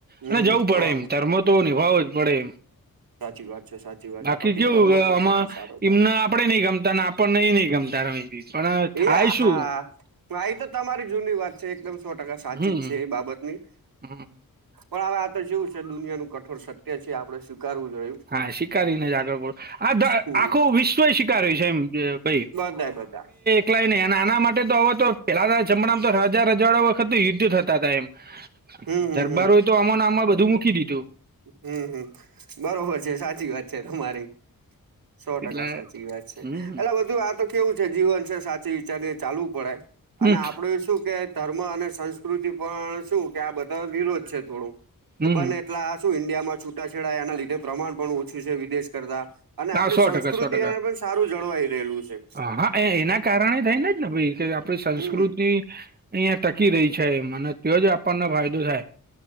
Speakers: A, on the right (about 75°); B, on the right (about 25°).
A: હમ
B: અને જવું પડે
A: સો
B: એમ ધર્મ. તો નિભાવવો જ પડે.
A: સાચી વાત છે, સાચી વાત
B: બાકી
A: છે. પતિ
B: કેવું
A: ધર્મ
B: આમાં
A: તો સૌથી સારો ધર્મ
B: એમને
A: છે.
B: આપડે નઈ ગમતા ને આપણને એ નઈ ગમતા રમેશભી પણ થાય
A: એ
B: શું
A: હા એ તો તમારી જૂની વાત છે, એકદમ સો ટકા સાચી
B: હમ
A: જ છે એ બાબતની
B: હમ
A: પણ હવે આ તો જેવું છે દુનિયાનું કઠોર સત્ય છે આપણે સ્વીકારવું રહ્યું.
B: હા સ્વીકારીને જ આગળ પણ આ
A: હમ
B: આખું વિશ્વ ય સ્વીકારાર્યું છે એમ ભઈ.
A: બધાય બધા.
B: કલાય નહી અને આના માટે તો હવે તો પેલાના જમાનામાં તો રાજા રજવાડા વખતે યુદ્ધ થતા હતા એમ.
A: હમ હમ
B: દરબારોય
A: હમ
B: તો આમા ન આમા બધું મૂકી દીધું.
A: હમ હમ બરોબર છે સાચી વાત છે તમારી, સો ટકા
B: એટલે
A: સાચી વાત છે
B: હમ
A: એટલે બધું આ તો કેવું છે જીવન છે સાચવી વિચારીને ચાલવું પડે.
B: હમ
A: અને આપડું શું કે ધર્મ અને સંસ્કૃતિ પણ શું કે આ બધા વિરોધ છે થોડું. કે
B: હમ
A: બને એટલા શું ઇન્ડિયામાં છૂટાછેડા એના લીધે પ્રમાણ પણ ઓછું છે વિદેશ કરતા. અને આપણી
B: હા સો
A: સંસ્કૃતિ
B: ટકા સો ટકા
A: એને પણ સારું જળવાઈ રહેલું છે.
B: હા એ એના કારણે થાય ને જ ને ભાઈ કે આપડી સંસ્કૃતિ.
A: હમ
B: અહિયાં ટકી રહી છે અને ત્યોં જ આપણને ફાયદો થાય.